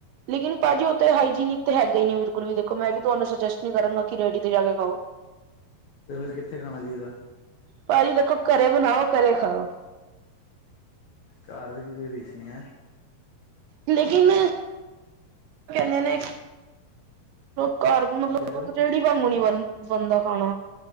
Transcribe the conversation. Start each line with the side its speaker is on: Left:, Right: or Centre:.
Right: ਲੇਕਿਨ ਭਾਜੀ ਉਹ ਤਾਂ ਹਾਈਜੀਨਿਕ ਤੇ ਹੈਗਾ ਹੀ ਬਿਲਕੁਲ ਵੀ ਦੇਖੋ ਮੈਂ ਵੀ ਤੁਹਾਨੂੰ ਸੁਜੈਸਟ ਨੀ ਕਰਾਂਗਾ ਕਿ ਰੇਹੜੀ ਤੇ ਜਾ ਕੇ ਖਾਓ <inaudible>
Left: ਤੇ ਫਿਰ ਕਿੱਥੇ ਖਾਣਾ ਚਾਹੀਦਾ
Right: ਭਾਜੀ ਦੇਖੋ ਘਰੇ ਬਣਾਓ ਘਰੇ ਖਾਓ
Left: ਘਰ ਦੀ ਕੋਈ ਰੀਸ ਨੀ ਹੈ
Right: ਲੇਕਿਨ, ਕਹਿੰਦੇ ਨੇ ਘਰ ਮਤਲਬ
Left: ਕੀ ਕਹਿ ਰਹੇ ਹੋ
Right: ਰੇਹੜੀ ਵਾਂਗੂ ਨੀ ਬ ਬਣਦਾ ਖਾਣਾ